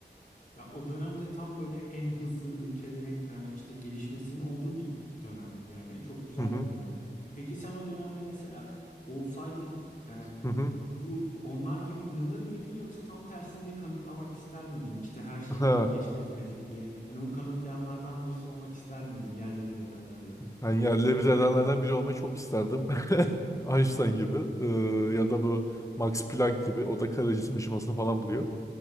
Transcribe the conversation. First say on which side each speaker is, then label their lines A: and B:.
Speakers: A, on the left; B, on the left.
A: Ya o dönemde tam böyle en hızlı ülkelerin e, işte gelişmesinin olduğu bir dönem yani çok güzel
B: Hı hı.
A: bir dönem. E, Peki sen o dönemde mesela olsaydın e,
B: Hı hı.
A: bu onlar gibi inanır mıydın yoksa tam tersini kanıtlamak ister miydin? İşte her şeyi
B: Ha.
A: daha keşfetmedik diye. Hani o kanıtlayanlardan birisi olmak ister miydin? Yerle bir edenlerden.
B: Ben yerle bir edenlerden biri olmayı çok isterdim. <laughs> Einstein gibi eee, ya da bu Max Planck gibi o da kara cisim ışımasını falan buluyor.